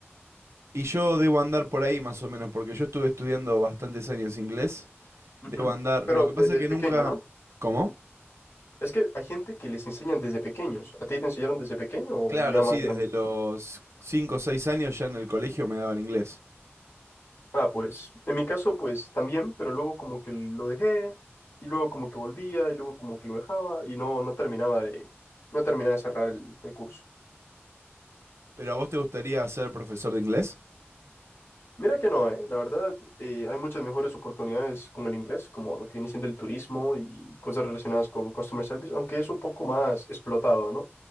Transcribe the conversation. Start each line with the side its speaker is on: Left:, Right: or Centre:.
Right: Y yo debo andar por ahí más o menos, porque yo estuve estudiando bastantes años inglés.
Left: Ujú.
Right: Debo andar.
Left: Pero
Right: Lo que
Left: desde
Right: pasa es que
Left: pequeño,
Right: nunca...
Left: ¿no?
Right: ¿Cómo?
Left: Es que hay gente que les enseñan desde pequeños. ¿A ti te enseñaron desde pequeño o
Right: Claro,
Left: ya
Right: sí,
Left: más grande?
Right: desde los 5, o 6 años ya en el colegio me daban inglés.
Left: Ah, pues en mi caso, pues también, pero luego como que lo dejé y luego como que volvía y luego como que lo dejaba y no, no terminaba de, no terminaba de cerrar el, el curso.
Right: ¿Pero a vos te gustaría ser profesor de inglés?
Left: Mira que no, ¿eh? La verdad, eh, hay muchas mejores oportunidades con el inglés, como lo que viene siendo el turismo y cosas relacionadas con customer service, aunque es un poco más explotado, ¿no?